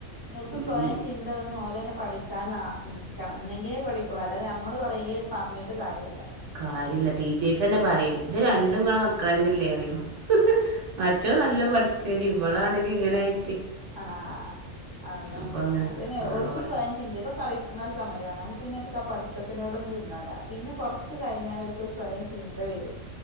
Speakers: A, on the left; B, on the right.
A: നിങ്ങൾക്ക്
B: ഉം
A: സ്വയം ചിന്ത വന്ന പോലെ തന്നെ പഠിക്കാൻ നിക്കണം എന്നങ്കിലെ പഠിക്കുള്ളൂഅല്ലാതെ നമ്മള് പറഞ പഠിക്കില്ല. പറഞ്ഞിട്ട് കാര്യല്ല
B: കാര്യമില്ല ടീച്ചേഴ്സ് തന്നെ പറയും ഇത് രണ്ടും കണക് തന്നെല്ലേ അറിയൂ. മറ്റോൻ നല്ല പഠിക്കുമാരുന്നു ഇവളാണെങ്കി ഇങ്ങനായി്.
A: ആഹ് അതാണ്
B: അപ്പം അങ്ങനെ
A: അതിന്
B: ആ
A: ഓക്ക്
B: ഓൽ
A: സ്വയം ചിന്ത വേണംകള സമയാണ് അപ്പ പിന്നെ എക്ക് ആ പഠിത്തത്തിനോടൊന്നും ഇരുന്നാല പിന്നെ കുറച്ച് കിഞ്ഞാൽ എക്ക് സ്വയം ചിന്ത വരും.